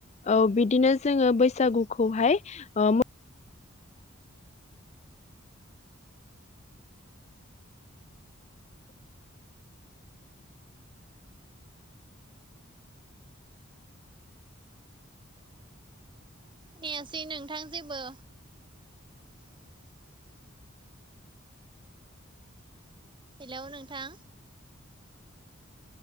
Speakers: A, on the left; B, on the right.
A: औ बिदिनो जोङो बैसागुखौहाय ओ
B: खोननायासै नोंथां जेबो। <inaudible> हेल' नोंथां